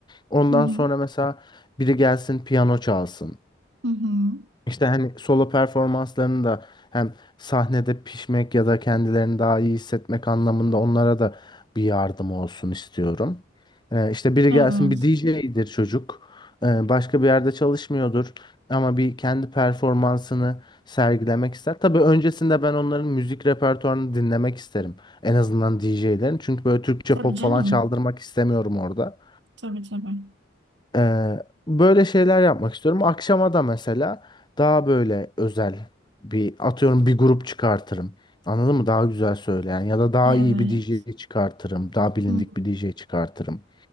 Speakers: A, on the left (about 20°); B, on the right (about 65°).
A: Ondan
B: Hı hı.
A: sonra mesela biri gelsin piyano çalsın.
B: Hı hı.
A: İşte hani solo performanslarını da hem sahnede pişmek ya da kendilerini daha iyi hissetmek anlamında onlara da bir yardım olsun istiyorum. Ee, işte biri
B: Evet.
A: gelsin bir DJ'dir çocuk. Ee, başka bir yerde çalışmıyordur ama bir kendi performansını sergilemek ister. Tabii öncesinde ben onların müzik repertuarını dinlemek isterim. En azından DJ'lerin. Çünkü böyle Türkçe
B: Tabii
A: pop
B: canım.
A: falan çaldırmak istemiyorum orada.
B: Tabii tabii.
A: Ee, böyle şeyler yapmak istiyorum. Akşama da mesela daha böyle özel bir atıyorum bir grup çıkartırım. Anladın mı? Daha güzel söyleyen ya da daha
B: Evet.
A: iyi bir DJ çıkartırım. Daha bilindik
B: Hı.
A: bir DJ çıkartırım.